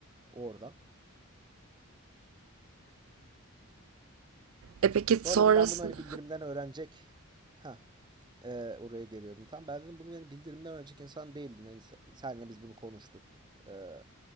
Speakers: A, on the right (about 20°); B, on the right (about 70°).
A: oradan.
B: E peki
A: Sonra
B: sonrasında?
A: dedim ben bunu hani bildirimden öğrenecek. Ha. Ee, oraya geliyordum. Tam ben dedim bunu yani bildirimden önceki insan değildim. Hani senle biz bunu konuştuk. Ee,